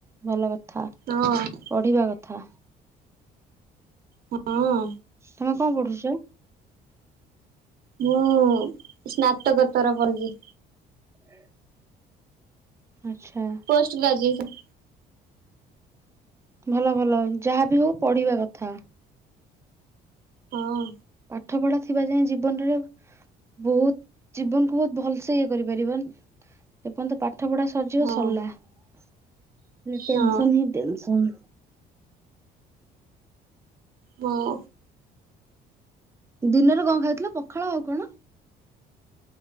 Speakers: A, on the right (about 15°); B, on the right (about 60°).
A: ଭଲ କଥା।
B: ହଁ।
A: ପଢ଼ିବା କଥା।
B: ହଁ
A: ତମେ କଅଁ ପଢୁଚ?
B: ମୁଁ ସ୍ନାତକତର କରୁଚି।
A: <unintelligible> ଆଛା।
B: Post graduation.
A: ଭଲ ଭଲ ଯାହାବି ହଉ ପଢିବା କଥା।
B: ହଁ।
A: ପାଠ ପଢା ଥିବା ଯାଏଁ ଜୀବନରେ ବହୁତ ଜୀବନ କୁ ବହୁତ ଭଲସେ ଇଏ କରିପାରିବ। ଏପର୍ଯ୍ୟନ୍ତ ପାଠ ପଢା ସରିଜିବ
B: ହଁ
A: ସରିଲା ଖାଲି ଟେନସନ୍
B: ହଁ
A: ହିଁ ଟେନସନ୍।
B: ହଁ।
A: ଦିନରେ କଣ ଖାଇଥିଲ ପଖାଳ ଆଉ କଣ?